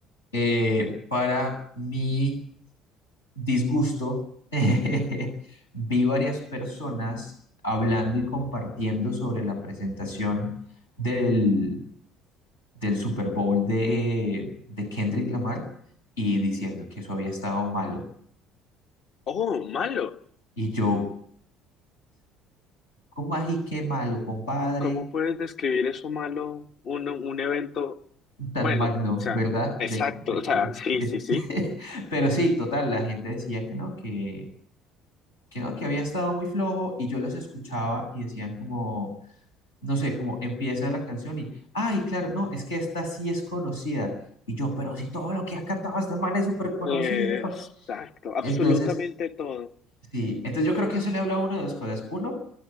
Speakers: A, on the left; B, on the left.
A: eh, para mí disgusto, <laughs> vi varias personas hablando y compartiendo sobre la presentación del, del Super Bowl de, de Kendrick Lamar y diciendo que eso había estado malo.
B: Oh, malo.
A: Y yo, ¿cómo así qué malo, compadre?
B: ¿Cómo puedes describir eso malo, un, un evento?
A: Tan
B: Bueno,
A: magno,
B: o sea,
A: ¿verdad?
B: exacto,
A: De- de-
B: o sea,
A: de-
B: sí,
A: de-
B: sí, sí,
A: <laughs> Pero sí, total, la gente decía que no, que, que no, que había estado muy flojo y yo los escuchaba y decían como... no sé, como empieza la canción y, ay, claro, no, es que esta sí es conocida. Y yo, pero si todo lo que ha cantado este man es súper conocido.
B: eh, exacto, absolutamente
A: Entonces,
B: todo,
A: sí, entonces yo creo que eso le habla a uno de dos cosas. Uno,